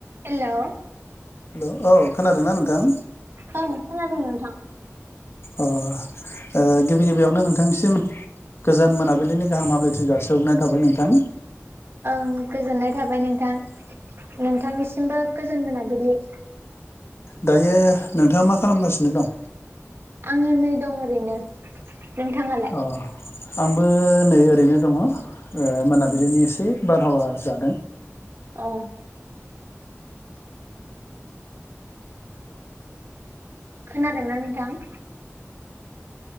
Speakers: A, on the right; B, on the left.
A: Hello.
B: Hello औ खोनादोंना नोंथां?
A: ओं खोनादों नोंथां।
B: अ ओ गिबि गिबियावनो नोंथांनिसिम गोजान मोनाबिलिनि गाहाम हामलायथि जासिहग्रोनाय थाबाय नोंथां।
A: उम गोजोननाय थाबाय नोंथां। नोंथांनिसिमबो गोजोन मोनाबिलि।
B: दायो नोंथाङा मा खालामगासिनो दं?
A: आङो नै दं ओरैनो। नोंथाङालाय
B: अ आंबो नै ओरैनो दङ। ओ मोनाबिलिनि एसे बारहावा जादों।
A: औ। खोनादोंना नोंथां?